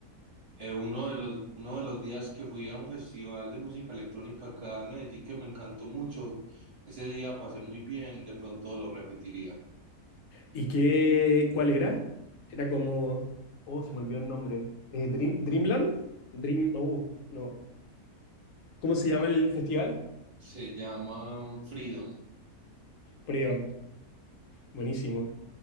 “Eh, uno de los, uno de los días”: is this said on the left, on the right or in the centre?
Right